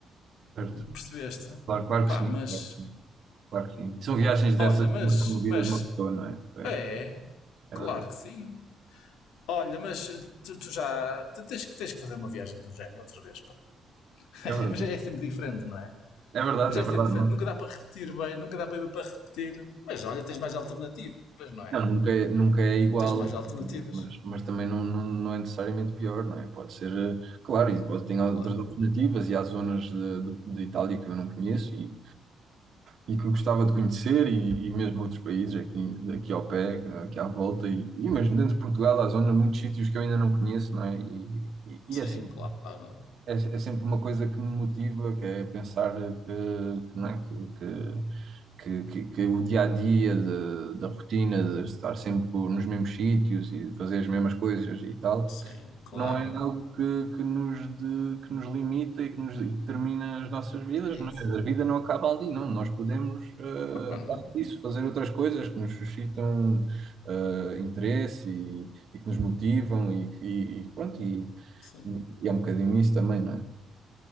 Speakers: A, on the right (about 55°); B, on the left (about 85°).
A: certo.
B: percebeste?
A: Claro, claro
B: Pá,
A: que sim,
B: mas
A: é, claro que sim. E são viagens dessas
B: Olha, mas,
A: muito comovidas
B: mas
A: de uma pessoa, não é? É,
B: é,
A: é
B: claro
A: verdade,
B: que sim. Olha, mas tu, tu já tu tens, que, tens que fazer uma viagem do género outra vez, pá. <laughs>
A: é verdade.
B: Mas é sempre diferente, não é?
A: É verdade,
B: Mas é
A: é verdade.
B: sempre diferente,
A: Não,
B: nunca dá para repetir bem, nunca dá bem para repetir. Mas olha, tens mais alternativas, não é?
A: não, nunca, é- nunca é igual,
B: Tens mais alternativas,
A: mas, mas também não, não, não é necessariamente pior, não é? Pode ser, eh, claro, e pode ter outras
B: claro.
A: alternativas e há zonas de, do- de Itália que eu não conheço e, e que gostava de conhecer e, e mesmo outros países aqui, aqui ao pé, aqui à volta e, e mesmo dentro de Portugal há zonas, muitos sítios que eu ainda não conheço, não é? E, e, e
B: Sim,
A: é, sempre,
B: claro.
A: é, é sempre uma coisa que me motiva, que é pensar que, que, não é? que, que que, que, que o dia a dia da rotina, de estar sempre com- nos mesmos sítios e fazer as mesmas coisas e tal,
B: Sim, claro.
A: não é algo que, que nos, de- que nos limita e que nos e que determina as nossas vidas,
B: É
A: não
B: isso.
A: é? A vida não acaba ali, não. Nós podemos, eh,
B: Pronto,
A: aparte disso, fazer outras coisas que nos suscitam, eh, interesse e, e que nos motivam e, e- e pronto, e,
B: sim.
A: e- e é um bocadinho isso também, não é?